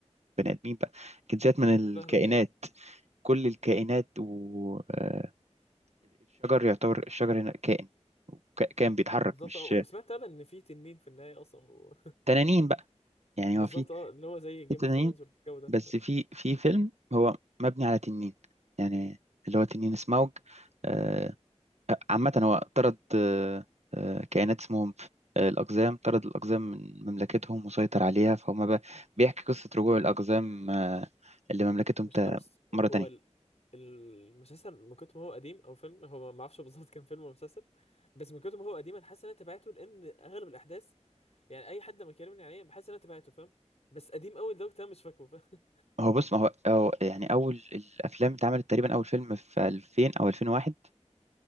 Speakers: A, on the right; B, on the left.
A: بني ادمين بقى جنسيات من الكائنات
B: فاهمك ايوه
A: كل الكائنات والشجر يعتبر الشجر هنا كائن ك- كائن بيتحرك
B: بالظبط
A: مش
B: اه وسمعت انا ان في تنين في النهايه اصلا و... <laughs>
A: تنانين بقى يعني
B: بالظبط
A: هو في
B: اه اللي هو زي جيم
A: في تنانين
B: اوف ثرونز والجو ده
A: بس في في فيلم هو مبني على تنين يعني اللي هو تنين سموج آه، آه، عامة هو طرد آه، آه، كائنات اسمهم آه، الأقزام طرد الأقزام من مملكتهم وسيطر عليها فهم بقى بيحكي قصة رجوع الأقزام آه، لمملكتهم
B: فالمشكله
A: تا-
B: بص
A: مرة
B: هو
A: تانية
B: ال... المسلسل من كتر ما هو قديم او فيلم هو ما ما اعرفش بالظبط كان فيلم ولا مسلسل بس من كتر ما هو قديم انا حاسس ان انا تابعته لان اغلب الاحداث يعني اي حد لما يكلمني عليه بحس ان انا تابعته فاهم بس قديم قوي لدرجه انا مش فاكره فاهم
A: هو بص ما هو هو يعني اول الافلام اتعملت تقريبا اول فيلم في 2000 او 2001